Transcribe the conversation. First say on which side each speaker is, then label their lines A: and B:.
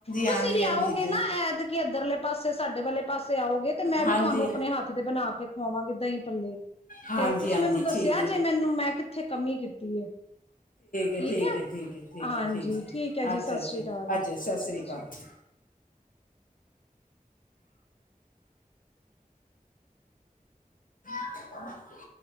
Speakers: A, on the left; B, on the left.
A: ਤੂਸੀ
B: ਹਾਂਜੀ
A: ਵੀ
B: ਹਾਂਜੀ
A: ਆਓਗੇ
B: ਜੀ
A: ਨਾ ਐਦਕੀ ਐਦਰਲੇ ਪਾਸੇ ਸਾਡੇ ਵਾਲੇ ਪਾਸੇ ਆਓਗੇ ਤੇ ਮੈਂ ਵੀ
B: ਹਾਂਜੀ
A: ਤੂਆਨੂੰ ਅਪਨੇ ਹਾੱਥ ਤੇ ਬਨਾ ਕੇ ਖਵਾਵਾਂਗੀ ਦਹੀਂ-ਭੱਲੇ।
B: ਹਾਂਜੀ
A: ਤੇ ਤੂਸੀਂ
B: ਹਾਂਜੀ
A: ਮੈਨੂੰ ਦੱਸੇਆ
B: ਠੀਕ ਹੈ
A: ਜੇ ਮੈਨੂੰ, ਮੈਂ ਕਿੱਥੇ ਕਮੀ ਕੀਤੀ ਏ।
B: ਹੈ
A: ਠੀਕ ਐ,
B: ਹੈ ਠੀਕ ਹੈ ਠੀਕ
A: ਹਾਂਜੀ,
B: ਹੈ ਹੈ
A: ਠੀਕ ਐ ਜੀ,
B: ਅੱਛਾ
A: ਸਸ੍ਰੀ ਕਾਲ,
B: ਅੱਛਾ ਸਤਿ ਸ਼੍ਰੀ
A: ਸਸ੍ਰੀ
B: ਅਕਾਲ
A: ਕਾਲ।
B: ਜੀ <inaudible>